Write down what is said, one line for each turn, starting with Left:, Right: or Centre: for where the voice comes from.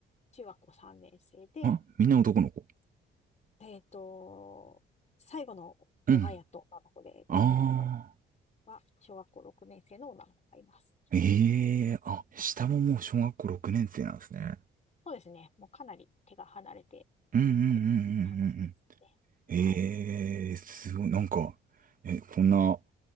Left: 中学校3年生で、
Right: い。あ、みんな男の子。
Left: えっと、最後の子がやっと女の子で、
Right: うん。
Left: 5人目の
Right: ああ。
Left: は小学校6年生の女の子がいます。
Right: ええあ、下ももう小学校6年生なんですね。
Left: そうですね。もうかなり手が離れて
Right: うんうんうんうんうんうん。
Left: いる感じですね。
Right: ええすごい、
Left: はい。
Right: なんか、え、こんな、